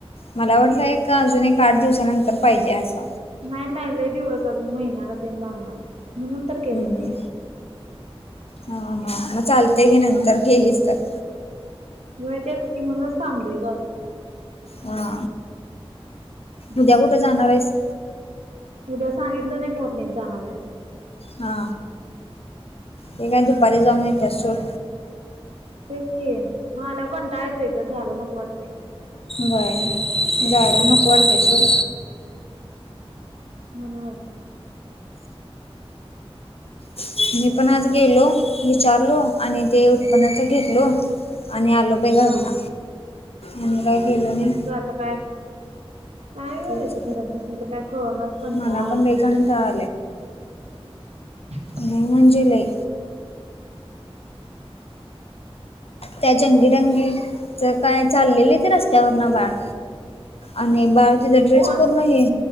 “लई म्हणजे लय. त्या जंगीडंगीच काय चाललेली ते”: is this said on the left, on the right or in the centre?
Left